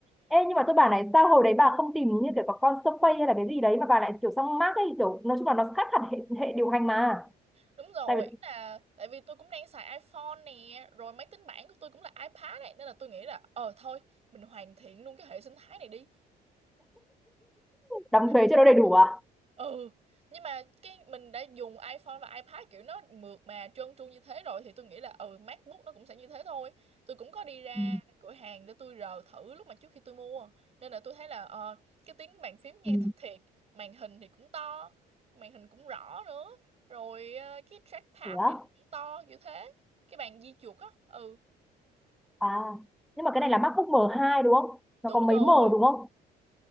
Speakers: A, in the centre; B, on the right.
A: Ê, nhưng mà tôi bảo này sao hồi đấy bà không tìm như kiểu có con Surface hay là cái gì đấy mà bà lại kiểu sang Mac ấy kiểu nói chung là nó khác hẳn hệ, hệ điều hành mà
B: Đúng rồi,
A: tại vì
B: ý là tại vì tôi cũng đang xài iPhone nè, rồi máy tính bảng của tôi cũng là iPad này nên là tôi nghĩ là ờ thôi, mình hoàn thiện luôn cái hệ sinh thái này đi
A: đóng
B: Đấy.
A: thuế cho nó đầy đủ à
B: ừ nhưng mà cái mình đã dùng iPhone và iPad kiểu nó mượt mà trơn tru như thế rồi thì tôi nghĩ là ừ MacBook nó cũng sẽ như thế thôi tôi cũng có đi ra
A: ừ.
B: cửa hàng để tôi rờ thử lúc mà trước khi tôi mua nên là tôi thấy là ờ, cái tiếng bàn phím nghe
A: Ừ.
B: thích thiệt màn hình thì cũng to màn hình cũng rõ nữa rồi ờ, cái trackpad
A: Thế á?
B: thì nó cũng to kiểu thế cái bàn di chuột á ừ
A: à nhưng mà cái này là MacBook m hai đúng không
B: đúng
A: nó có mấy
B: rồi
A: M đúng không